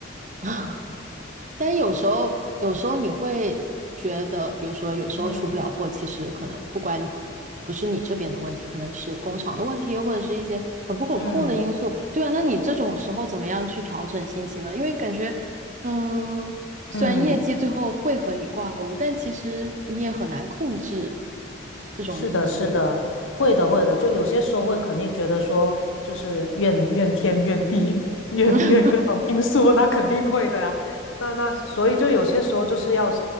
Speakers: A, on the right (about 40°); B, on the left (about 80°).
A: <laughs> 但是有时候，有时候你会觉得，比如说有时候出不了货，
B: <laughs> 嗯
A: 其实可能不管不是你这边的问题，可能是工厂的问题，或者是一些很不可控的因素。
B: 嗯
A: 对啊，那你这种时候怎么样去调整心情呢？因为感觉，嗯，虽然业绩最后会和你挂钩，
B: 嗯。
A: 但其实你也很难控制这种因素。
B: 是的，是的，
A: <laughs>
B: 会的，会的。就有些时候会肯定觉得说，就是怨怨天怨地 <laughs> 怨怨各种因素，
A: 嗯。
B: 那肯定会的呀。那那所以就有些时候就是要，